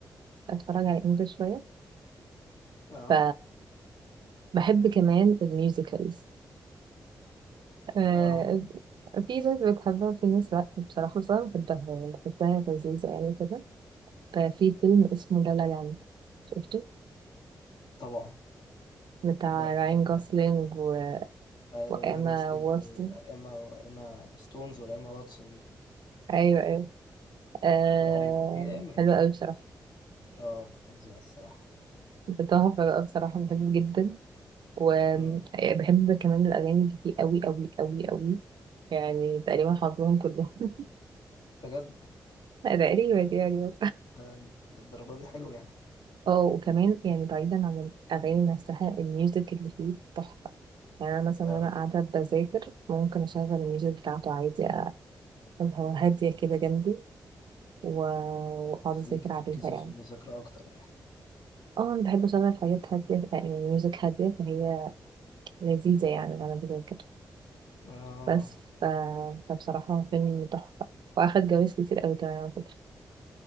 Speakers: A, on the right (about 65°); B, on the left (about 60°).
A: أتفرج على إنجلش شوية
B: اه
A: ف بحب كمان الميوزيكالز أه،
B: اه
A: في ناس بتحبها وفي ناس لأ بصراحة بس أنا بحبها يعني بحسها لذيذة يعني كده ففي فيلم اسمه لا لا لاند شفته
B: طبعا
A: بتاع
B: ده بتاع
A: راين جوسلينج و...
B: آه،
A: وإيما
B: راين جوسلينج
A: واتسون
B: وايما وايما ستونز ولا ايما واتسون دي
A: أيوة أيوة آه...
B: لا، ايوه هي ايما يعني
A: حلوة أوي بصراحة
B: اه فظيعة الصراحة
A: <laughs> تحفة بقى بصراحة بحبه جدا وبحب
B: مم.
A: كمان الأغاني اللي فيه أوي أوي أوي أوي يعني تقريبا حافظهم كلهم <laughs>
B: بجد
A: تقريبا يعني
B: آه، للدرجة دي حلو يعني
A: اه وكمان يعني بعيدا عن الأغاني نفسها الميوزك اللي فيه تحفة يعني أنا مثلا
B: اه
A: وأنا قاعدة بذاكر ممكن أشغل الميوزك بتاعته عادي أ- اللي هو هادية كده جنبي و- وأقعد
B: خليكي
A: أذاكر
B: تركزي
A: عليها يعني
B: في المذاكرة اكتر يعني
A: اه انا بحب اسمع الحاجات هادية يعني ميوزك هادية فهي لذيذة يعني غالبا كده كده
B: اه
A: بس ف... فبصراحة هو فيلم تحفة واخد جوائز كتير اوي كمان على فكرة